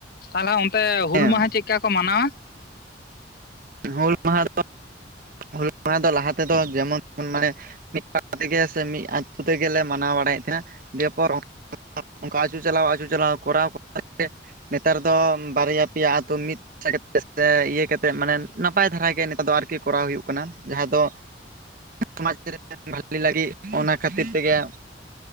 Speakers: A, on the left (about 55°); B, on the right (about 50°).
A: ᱛᱟᱦᱞᱮ ᱚᱱᱛᱮ ᱦᱩᱞ
B: ᱦᱮᱸ
A: ᱢᱟᱦᱟᱸ ᱪᱮᱫ ᱞᱮᱠᱟ ᱠᱚ ᱢᱟᱱᱟᱣᱟ ᱾
B: ᱦᱩᱞ ᱢᱟᱦᱟᱸ ᱫᱚ ᱦᱩᱞ ᱢᱟᱦᱟ ᱫᱚ ᱞᱟᱦᱟ ᱛᱮᱫᱚ ᱡᱮᱢᱚᱱ ᱢᱟᱱᱮ ᱢᱤᱫ ᱯᱟᱲᱟ ᱛᱮᱜᱮ ᱥᱮ ᱢᱤᱫ ᱟᱹᱛᱩ ᱛᱮᱜᱮ ᱞᱮ ᱢᱟᱱᱟᱣ ᱵᱟᱲᱟᱭᱮᱫ ᱛᱟᱦᱮᱱᱟ ᱫᱤᱭᱟᱹᱯᱚᱨ ᱚᱱᱠᱟ ᱟᱹᱪᱩ ᱪᱟᱞᱟᱣ ᱟᱹᱪᱩ ᱪᱟᱞᱟᱣ ᱠᱚᱨᱟᱣ ᱠᱚ <unintelligible> ᱱᱮᱛᱟᱨ ᱫᱚ ᱵᱟᱨᱭᱟ ᱯᱮᱭᱟ ᱟᱛᱩ ᱢᱤᱫ ᱯᱟᱥᱟᱛᱮᱫ ᱥᱮ ᱤᱭᱟᱹ ᱠᱟᱛᱮᱫ ᱢᱟᱱᱮ ᱱᱟᱯᱟᱭ ᱫᱷᱟᱨᱟ ᱜᱮ ᱱᱮᱛᱟᱨ ᱫᱚ ᱟᱨᱠᱤ ᱠᱚᱨᱟᱣ ᱦᱩᱭᱩᱜ ᱠᱟᱱᱟ ᱡᱟᱦᱟᱸ ᱫᱚ ᱥᱚᱢᱟᱡᱽ ᱨᱮ ᱵᱷᱟᱹᱞᱤ ᱞᱟᱹᱜᱤᱫ ᱚᱱᱟ ᱠᱷᱟᱹᱛᱤᱨ ᱛᱮᱜᱮ